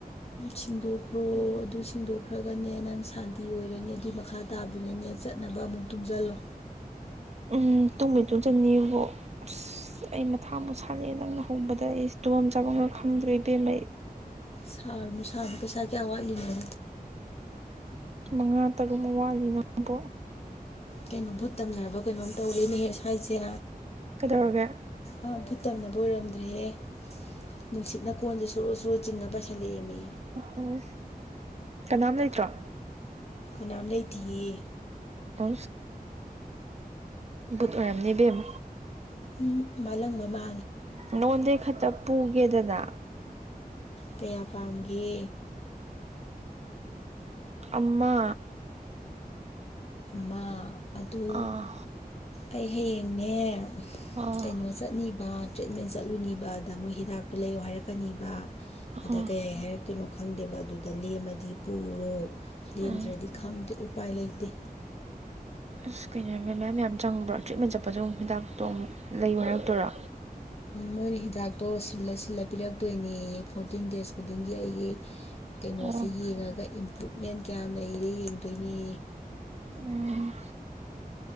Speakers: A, on the left; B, on the right.
A: ꯁꯤꯡꯗꯣꯛꯈ꯭ꯔꯣ ꯑꯗꯨ ꯁꯤꯡꯗꯣꯛꯈ꯭ꯔꯒꯅꯦ ꯅꯪ ꯁꯥꯟꯇꯤ ꯑꯣꯏꯔꯅꯤ ꯑꯗꯨꯏ ꯃꯈꯥ ꯇꯥꯗꯨꯅꯅꯦ ꯆꯠꯅꯕ ꯑꯃꯨꯛ ꯇꯨꯡꯁꯤꯜꯂꯣ
B: ꯎꯝ ꯇꯨꯡꯕꯩ ꯇꯨꯡ ꯆꯅꯤꯕꯣ ꯑꯁ ꯑꯁ ꯑꯩ ꯃꯊꯥꯃꯨꯛ ꯁꯥꯠꯂꯛꯑꯦ ꯅꯪꯅ ꯍꯧꯕꯗ ꯑꯩ ꯏꯁꯇꯣꯟ ꯆꯥꯐꯝꯒ ꯈꯪꯗ꯭ꯔꯦ ꯏꯕꯦꯝꯃꯩ
A: ꯁꯥꯔꯅꯨ ꯁꯥꯔꯕ ꯄꯩꯁꯥ ꯀꯌꯥ ꯋꯥꯠꯂꯤꯅꯣ
B: ꯃꯉꯥ ꯇꯔꯨꯛ ꯃ ꯋꯥꯠꯂꯤ ꯅꯪꯕꯣ
A: ꯀꯩꯅꯣ ꯚꯨꯠ ꯇꯝꯅꯔꯕ ꯀꯩꯅꯣꯝ ꯇꯧꯔꯦ ꯅꯦ ꯁ꯭ꯋꯥꯏꯁꯦ
B: ꯀꯩꯗꯧꯔꯒꯦ
A: ꯑꯥ ꯕꯨꯠ ꯇꯝꯅꯕ ꯑꯣꯏꯔꯝꯗ꯭ꯔꯦꯍꯦ ꯅꯨꯡꯁꯤꯠꯅ ꯀꯣꯟꯁꯦ ꯁꯣꯔꯣ ꯁꯨꯔꯣ ꯆꯤꯡꯉ ꯄꯩ ꯈꯜꯂꯤꯃꯤ
B: ꯎꯝ ꯀꯅꯥꯝ ꯂꯩꯇ꯭ꯔꯣ
A: ꯀꯅꯥꯝ ꯂꯩꯇꯌꯦ
B: ꯑ ꯨꯙ ꯋꯥꯔꯥꯝꯅꯦꯗꯦꯝ
A: ꯎꯝ ꯃꯥ ꯂꯪꯕ ꯃꯥ
B: ꯅꯉꯣꯟꯗꯩ ꯈꯛꯇ ꯄꯨꯒꯦꯗꯅ
A: ꯀꯌꯥ ꯄꯥꯝꯒꯦ
B: ꯑꯃ
A: ꯑꯃ ꯑꯗꯨ
B: ꯑꯥ
A: ꯑꯩ ꯍꯌꯦꯡꯅꯦ
B: ꯑꯥ
A: ꯀꯩꯅꯣ ꯆꯠꯅꯤꯕ ꯇ꯭ꯔꯤꯠꯃꯦꯟ ꯆꯠꯂꯨꯅꯤꯕꯗ ꯃꯣꯏ ꯍꯤꯗꯥꯛꯇꯣ ꯂꯩ ꯍꯥꯏꯔꯛꯀꯅꯤꯕ
B: ꯑꯥ
A: ꯑꯗ ꯀꯌꯥ ꯍꯥꯏꯔꯛꯇꯣꯏꯅꯣ ꯈꯪꯗꯦꯕ ꯑꯗꯨꯗ ꯂꯦꯝꯃꯗꯤ ꯄꯨꯔꯣ ꯂꯦꯝꯗ꯭ꯔꯗꯤ
B: ꯎꯝ
A: ꯈꯪꯗꯦ ꯎꯄꯥꯏ ꯂꯩꯇꯦ
B: ꯑꯁ ꯀꯩꯅꯣ ꯃꯦꯝ ꯌꯥꯝ ꯆꯪꯕ꯭ꯔꯥ ꯇ꯭ꯔꯤꯠꯃꯦꯟ ꯆꯠꯄꯗꯣ ꯍꯤꯗꯥꯛꯇꯣ ꯑꯃꯨꯛ ꯂꯩꯌꯨ ꯍꯥꯏꯔꯛꯇꯣꯏꯔ
A: ꯃꯣꯏꯅ ꯍꯤꯗꯥꯛꯇꯣ ꯁꯤꯜꯂ ꯁꯤꯜꯂ ꯄꯤꯔꯛꯇꯣꯏꯅꯦ ꯐꯣꯔꯇꯤꯟ ꯗꯦꯖ ꯈꯨꯗꯤꯡꯒꯤ ꯑꯩꯒꯤ ꯀꯩꯅꯣꯁꯦ
B: ꯑꯣ
A: ꯌꯦꯡꯉꯒ ꯏꯝꯄ꯭ꯔꯨꯞꯃꯦꯟ ꯀꯌꯥꯝ ꯂꯩꯔꯦ ꯌꯦꯡꯗꯣꯏꯅꯤ
B: ꯎꯝ